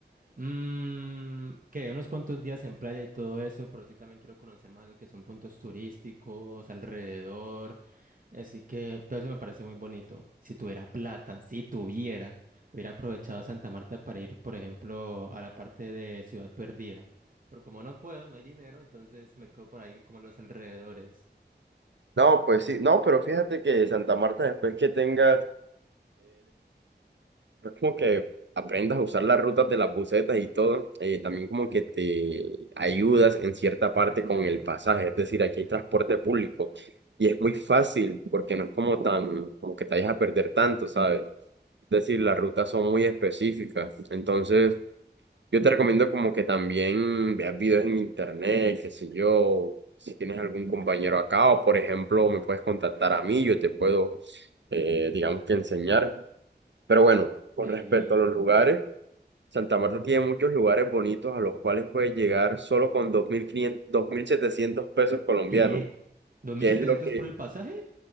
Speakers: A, on the right; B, on the right.
A: mm, que unos cuantos días en playa y todo eso, pero sí también quiero conocer más lo que son puntos turísticos alrededor, así que todo eso me parece muy bonito. Si tuviera plata, si tuviera, hubiera aprovechado Santa Marta para ir, por ejemplo, a la parte de Ciudad Perdida, pero como no puedo, no hay dinero, entonces me quedo por ahí como a los alrededores.
B: No, pues sí, no, pero fíjate que Santa Marta, después que tengas es como que aprendas a usar las rutas de las busetas y todo, eh, también como que te ayudas en cierta parte
A: Ujú,
B: con el pasaje, es decir, aquí hay transporte público y es muy fácil porque no es como tan, como que te vayas a perder tanto, ¿sabes? Es decir, las rutas son muy específicas, entonces yo te recomiendo como que también veas videos en internet, qué sé yo, si tienes algún compañero acá o por ejemplo me puedes contactar a mí, yo te puedo, eh, digamos que enseñar. Pero bueno, con
A: Sí.
B: respecto a los lugares, Santa Marta tiene muchos lugares bonitos a los cuales puedes llegar solo con dos dos mil quinientos dos mil setecientos pesos colombianos,
A: ¿Qué? Dos mil
B: que
A: setecientos
B: es lo que,
A: por el pasaje?